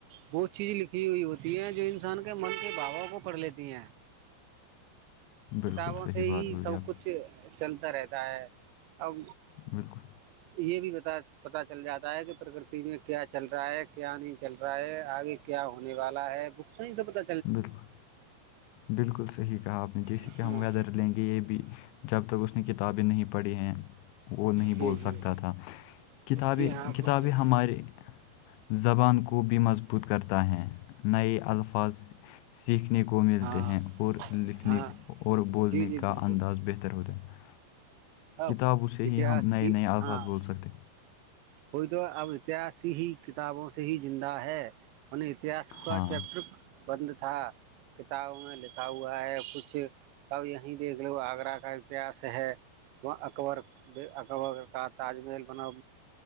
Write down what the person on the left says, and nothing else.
بالکل
صحیح
بات بولی
آپ نے،
بالکل
بالکل بالکل صحیح کہا آپ نے جیسے
کہ ہم ویدر لیں گے یہ بھی جب تک اس نے کتابیں نہیں پڑھی ہیں وہ نہیں
بول سکتا
تھا کتابیں
کتابیں
ہمارے زبان کو بھی مضبوط کرتا ہے نئے الفاظ سیکھنے کو ملتے
ہیں اور لکھنے
اور بولنے
کا
انداز بہتر ہوتا ہے کتابوں
سے
ہی ہم نئے
نئے الفظ
بول سکتے
ہاں